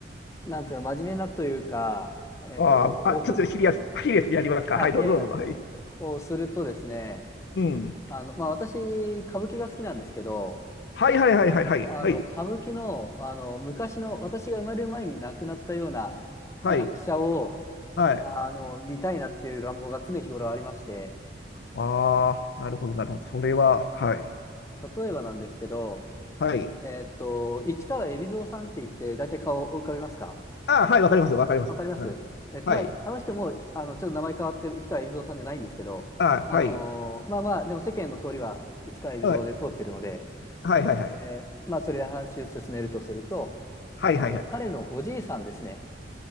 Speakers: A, on the left; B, on the left.
A: あ、なんていうの真面目なというか、えっと、
B: あーあ、
A: おく、
B: ちょっとシリアス、シリアスにやりますか。
A: はい、
B: はい、どうぞどうぞ。
A: いやいや、
B: はい。
A: をするとですね、
B: うん。
A: あの、まあ、私、歌舞伎が好きなんですけど、
B: はいはいはいはいはい。
A: あの、
B: はい。
A: 歌舞伎の、あの、昔の、私が生まれる前に亡くなったような
B: はい。
A: 役者を、
B: はい。
A: あの、見たいなっていう願望が常日頃ありまして、
B: ああ、なるほどなるほど。それは、はい。
A: 例えばなんですけど、
B: はい。
A: えっと、市川海老蔵さんって言って、大体顔を浮かびますか
B: ああ、はい、わかりますわかります。
A: わかりますえっと、
B: うん。はい。
A: まあ、あの人も、あの、ちょっと名前変わって、市川海老蔵さんじゃないんですけど、
B: ああ、はい。
A: あのーまあまあ、でも世間の通りは市川海老蔵で通ってるので、
B: はい。はいはいはい。
A: えーまあ、それで話を進めるとすると、
B: はいはいはい。
A: あの、彼のおじいさんですね。